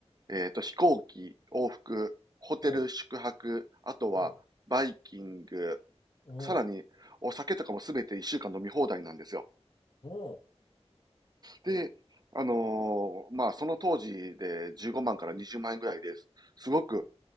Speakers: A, on the right; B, on the left.
A: えっと、飛行機、往復、ホテル、
B: ほう、
A: 宿泊、あとは、
B: ほ
A: バイキング、
B: う、おー、
A: さらに、お酒とかもすべて1週間飲み放題なんですよ。
B: ほ
A: で、あのーまあ、その当時で15万から20万円ぐらいです。すごく、